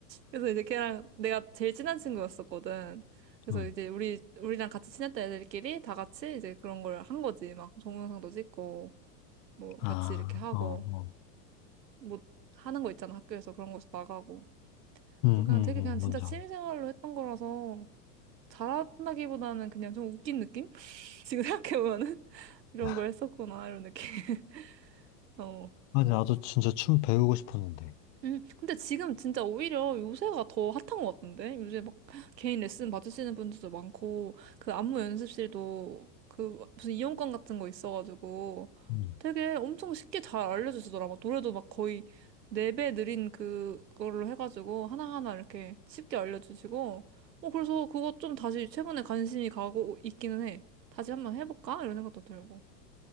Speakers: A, on the right; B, on the left.
A: 그래서 이제 걔랑 내가 제일 친한 친구였었거든. 그래서
B: 응.
A: 이제 우리, 우리랑 같이 친했던 애들끼리 다 같이 이제 그런 걸 한 거지. 막 동영상도 찍고, 뭐
B: 아,
A: 같이 이렇게 하고,
B: 어, 어.
A: 뭐 하는 거 있잖아. 학교에서 그런 거에서 나가고.
B: 응,
A: 그래서 그냥
B: 응,
A: 되게
B: 응,
A: 그냥 진짜
B: 뭔지
A: 취미생활로
B: 알아.
A: 했던 거라서 잘한다기보다는 그냥 좀 웃긴 느낌? <laughs> 지금 생각해보면은 <laughs> 이런
B: <laughs>
A: 걸 했었구나 이런 느낌. <laughs> 어.
B: 아니, 나도 진짜 춤 배우고 싶었는데.
A: 음, 근데 지금 진짜 오히려 요새가 더 핫한 것 같은데? 요새 막 개인 레슨 받으시는 분들도 많고, 그 안무 연습실도 그 무슨 이용권 같은 거 있어가지고
B: 음.
A: 되게 엄청 쉽게 잘 알려주시더라. 막 노래도 막 거의 네 배 느린 그걸로 해가지고 하나하나 이렇게 쉽게 알려주시고, 어, 그래서 그거 좀 다시 최근에 관심이 가고 있기는 해. 다시 한번 해볼까? 이런 생각도 들고.